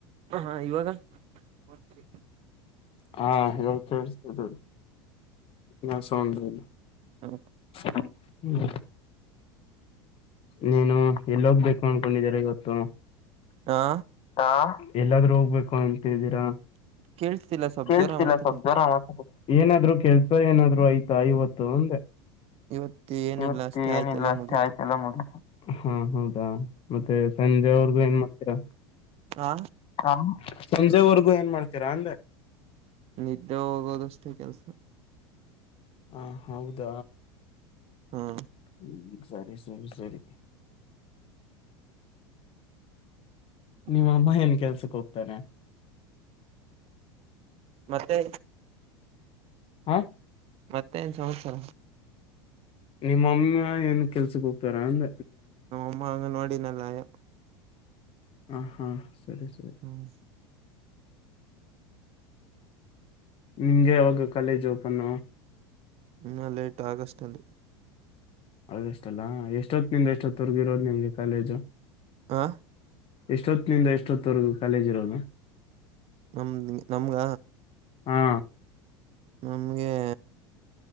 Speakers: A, on the right (about 45°); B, on the left (about 40°).
A: ಹ ಇವಾಗ ಫೋರ್ ಥ್ರೀ
B: ಹಾ ಹೇಳದ ಕೇಳ್ಸ್ತಾದ ಇಲ್ಲೂ ಏನ ಸೌಂಡ್ ರೀ ಇದು
A: ಹ್ಮ
B: ಹ್ಮ್ ನೀನು ಎಲ್ಲೋಗ್ಬೇಕು ಅನ್ಕೊಂಡಿದೀರ ಇವತ್ತು
A: ಹಾ
B: ಹಾ ಎಲ್ಲಾದ್ರೂ ಹೋಗ್ಬೇಕು ಅಂತಿದೀರಾ
A: ಕೇಳ್ಸ್ತಿಲ್ಲ ಸ್ವಲ್ಪ
B: ಕೇಳಿಸ್ತಿಲ್ಲ
A: ಜೋರಾಗಿ ಮಾತಾಡಿ
B: ಸ್ವಲ್ಪ ಜೋರಾಗಿ ಮಾತಾಡಿ ಏನಾದ್ರು ಕೆಲ್ಸ ಏನಾದ್ರು ಆಯ ವತ್ತು ಅ ಇವತ್ತು ಅಂದೆ
A: ಇವತ್ತು ಏನಿಲ್ಲ
B: ಇವತ್ತ
A: ಅಷ್ಟೇ
B: ಏನಿಲ್ಲ
A: ಆಯ್ತೆಲ್ಲ
B: ಅಷ್ಟ
A: ಮುಗೀತು
B: ಆಯಸ ಎಲ್ಲ ಮುಗ ಹಾ ಹೌದಾ ಮತ್ತೆ ಸಂಜೆ ಅವರ್ಗು ಏನ್ ಮಾಡ್ತೀರಾ
A: ಹಾ
B: ಹ ಸಂಜೆವರ್ಗೂ ಏನ್ ಮಾಡ್ತೀರಾ ಅಂದೆ.
A: ನಿದ್ದೆ ಹೋಗೋದಷ್ಟೇ ಕೆಲ್ಸ
B: ಹ ಹೌದಾ
A: ಹ್ಮ
B: ಹ್ಮ್ ಸರಿ ಸರಿ ಸರಿ
A: ಹ <unintelligible>
B: ನಿಮ್ಮ ಅಮ್ಮಯಲ್ ಕೆಲ್ಸಕ್ ಹೋಗ್ತಾರೆ.
A: ಮತ್ತೆ
B: ಹಾ
A: ಮತ್ತೆನ್ ಸಂವತ್ಸರ
B: ನಿಮ್ಮಮ್ಮ ಏನ್ ಕೆಲ್ಸಕ್ ಹೋಗ್ತಾರ ಅಂದ
A: ನ ಅಮ್ಮ ಅಂಗನವಾಡಿ ನಲ್ಲಿಯ
B: ಹ ಹಾ ಸರಿ ಸರಿ
A: ಹ್ಮ್
B: ನಿಂಗೆ ಅವಾಗ college open
A: in late August ಅಲ್ಲಿ
B: ಅಷ್ಟ ಅಲ್ಲಾ ಎಷ್ಟೊತ್ತ ನಿಂದ ಎಷ್ಟೊತ್ತರ್ಗ ಇರೋದು ನಿಮ್ಗೆ ಕಾಲೇಜು
A: ಆಂ
B: ಎಷ್ಟೊತ್ತ ನಿಿಂದ ಎಷ್ಟೊತ್ತವರೆಗೂ ಕಾಲೇಜ್ ಇರೋದು
A: ನಮ್ದ ನಮ್ಗ
B: ಹಾ
A: ನಮಗೆೇ